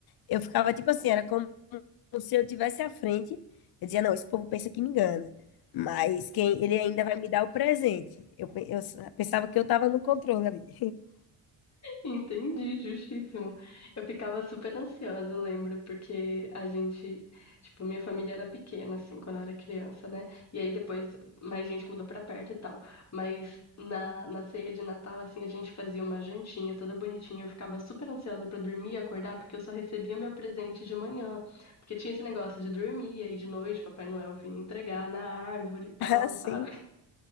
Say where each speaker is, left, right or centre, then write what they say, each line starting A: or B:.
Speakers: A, on the left (about 60°); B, on the left (about 40°).
A: Eu ficava tipo assim, era como se eu tivesse à frente. Eu dizia, não, esse povo pensa que me engana, mas quem ele ainda vai me dar o presente. Eu, pe- eu s- pensava que eu estava no controle ali. <laughs>
B: Entendi, justíssimo. Eu ficava super ansiosa, eu lembro, porque a gente, tipo, minha família era pequena, assim, quando eu era criança, né? E aí depois mais gente mudou pra perto e tal. Mas na, na ceia de Natal, assim, a gente fazia uma jantinha toda bonitinha. Eu ficava super ansiosa pra dormir e acordar, porque eu só recebia meu presente de manhã. Porque tinha esse negócio de dormir, e aí de noite Papai Noel vinha entregar na árvore e tal,
A: Assim.
B: sabe?